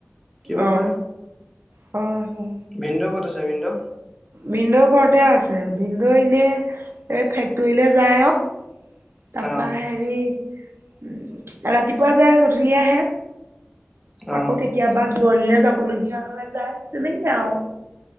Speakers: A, in the centre; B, on the right.
A: কিবা
B: অ অ অ
A: কৰে
B: হয় হয়।
A: ভিন্দ ক'ত আছে ভিন্দ?
B: ভিনদেউ ঘৰতে আছে, ভিনদেউ এনে এই ফেক্টৰীলে যায় আও তাৰপা
A: আহ
B: হেৰি উম ৰাতিপুৱা যায় গধূলি আহে।
A: আহ
B: আকৌ কেতিয়াবা দূৰণিলৈ যাবলগীয়া হলে যায় সেনেকৈ আৰু